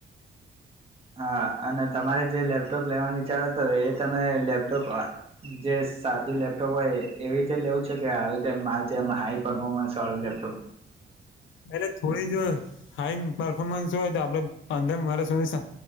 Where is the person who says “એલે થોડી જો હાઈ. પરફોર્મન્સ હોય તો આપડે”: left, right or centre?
Left